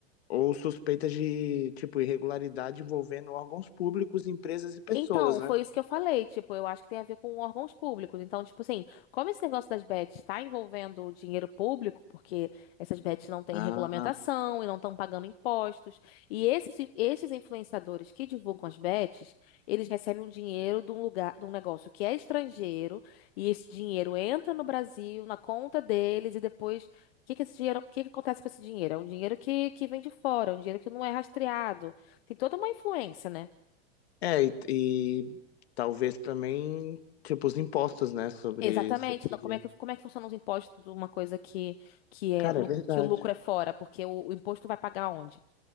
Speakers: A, on the left; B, on the left.
A: ou suspeitas de, tipo, irregularidade envolvendo órgãos públicos, empresas e pessoas,
B: Então, foi
A: né?
B: isso que eu falei, tipo, eu acho que tem a ver com órgãos públicos. Então, tipo assim, como esse negócio das bets está envolvendo dinheiro público, porque essas bets não têm
A: Ah,
B: regulamentação e não estão pagando impostos, e esses, esses influenciadores que divulgam as bets, eles recebem um dinheiro de um lugar, de um negócio que é estrangeiro, e esse dinheiro entra no Brasil, na conta deles, e depois, o que que esse dinheiro, o que que acontece com esse dinheiro? É um dinheiro que, que vem de fora, é um dinheiro que não é rastreado. Tem toda uma influência, né?
A: é, e, e talvez também, tipo, os impostos, né, sobre,
B: Exatamente.
A: sobre esse
B: Não,
A: dinheiro.
B: Como é que, como é que funcionam os impostos de uma coisa que, que, é,
A: Cara,
B: lu-
A: é verdade.
B: que o lucro é fora? Porque o, o imposto vai pagar onde?